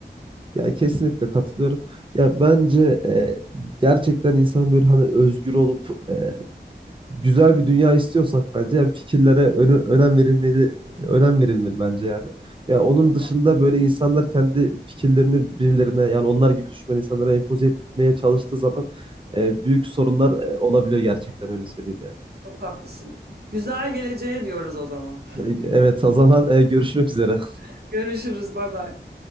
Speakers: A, on the right; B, on the right.
A: Ya kesinlikle katılıyorum. Ya bence e, gerçekten insan böyle hani özgür olup e, güzel bir dünya istiyorsak bence yani fikirlere önü, önem verilmeli önem verilmeli bence yani. Ya onun
B: Çok,
A: dışında
B: ha-
A: böyle insanlar kendi fikirlerini birilerine yani onlar gibi düşünmeyen insanlara empoze etmeye çalıştığı zaman e, büyük sorunlar e, olabiliyor gerçekten öyle söyleyeyim yani.
B: çok haklısın. Güzel geleceğe diyoruz o zaman.
A: E, Evet o zaman e, görüşmek üzere.
B: <laughs> Görüşürüz, bay bay.